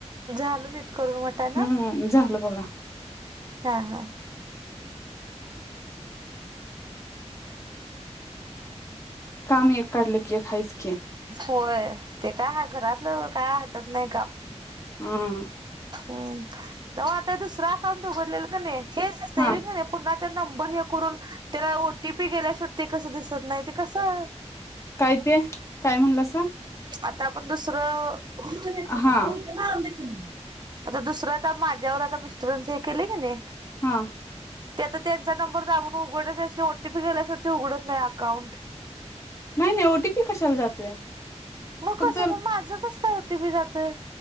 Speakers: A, on the right (about 40°); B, on the left (about 25°).
A: झालं नाही नीट करून वाटाणा
B: हम्म झालं बघा
A: हा हा
B: काम एक काढलं की खायच
A: होय ते काय हाय घरातल? का <inaudible> त नाही काम
B: हम्म
A: हम्म <inaudible> नव्ह दुसर अकाउंट उघलले कनी हेच असतय
B: हा
A: व्हय कनि पुन्हा ते नंबर हे करून त्याला ओटी पी गेल्या शेवट कसं दिसत नाही ते कसं?
B: काय ते काय, म्हणलासा.
A: आता आपण दुसरं. <unintelligible>
B: हा
A: आता दुसरं, आता माझ्यावर आता मिस्टरानं च हे केलेय की नाही.
B: हा
A: त्यात त्यांचा नंबर दाबून उघडलस ओटीपी गेल्या शेवटी उघडत नाही अकाउंट.
B: नाही नाही ओ टी पी कशाला जातोय
A: म
B: फक्त
A: कसं म माझं कसं? काय ओटीपि जातोय?